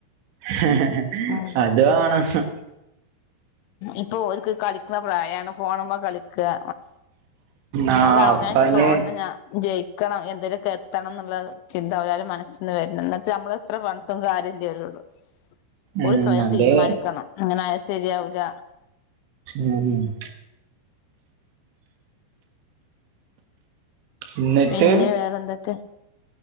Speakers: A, on the right; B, on the left.
A: ഹെ
B: ഉം
A: ഇത് ആണ് ഹ
B: ഇപ്പൊ ഒരുക്ക് കളിക്കുന്ന പ്രായാണ് ഫോണുമ്മേ കളിക്കാ
A: ആ
B: അത് അവൻ
A: അപ്പഞ്ഞ്
B: അവനിക്ക് തോന്നണം ഞാൻ ജയിക്കണം എന്തേലുക്കെ എത്തണം എന്നുള്ള ചിന്ത അവരവരെ മനസ്സി നിന്ന് വരണം എന്നിട്ട് നമ്മള് ഇത്ര പറഞ്ഞിട്ടും കാര്യല്ലവരോട്
A: ഉം
B: ഓര് സ്വയം
A: അതെ
B: തീരുമാനിക്കണം അങ്ങനായ സെരിയാവുല്ല
A: ഉം എന്നിട്ട്
B: പിന്നെ വേറെന്തൊക്കെ